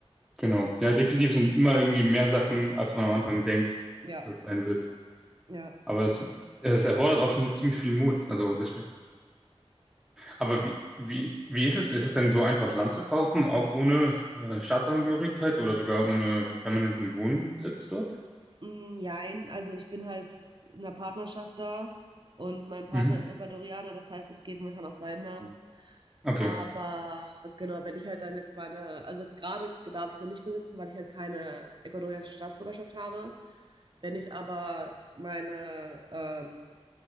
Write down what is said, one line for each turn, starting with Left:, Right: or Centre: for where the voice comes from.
Centre: genau. Ja, definitiv sind immer irgendwie mehr Sachen, als man am Anfang denkt,
Right: Ja,
Centre: dass es sein wird.
Right: ja.
Centre: Aber das, es erfordert auch schon ziemlich viel Mut. Also Respekt. Aber
Right: Ja.
Centre: wie, wie, wie ist es? Ist es denn so einfach, Land zu kaufen, auch ohne äh, Staatsangehörigkeit oder sogar ohne permanenten Wohnsitz dort?
Right: Mm, Jein, also ich bin halt in einer Partnerschaft da und mein Partner
Centre: Mhm.
Right: ist Ecuadorianer, das heißt, es geht momentan auf seinen Namen.
Centre: Okay,
Right: Aber genau, wenn ich halt dann jetzt meine, also jetzt gerade darf ich es noch nicht besitzen, weil ich halt keine ecuadorianische Staatsbürgerschaft habe. Wenn ich aber meine, ähm,